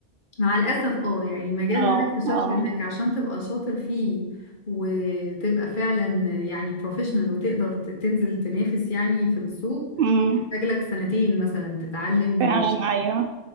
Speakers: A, on the left; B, on the right.
A: مع الأسف اه يعني المجال
B: اه
A: ده أنا اكتشفت إنك عشان تبقى شاطر فيه وتبقى فعلا يعني بروفيشنال وتقدر ت- تنزل تنافس يعني في السوق
B: اه
A: محتاج لك سنتين مثلا تتعلم
B: فعلا أيوه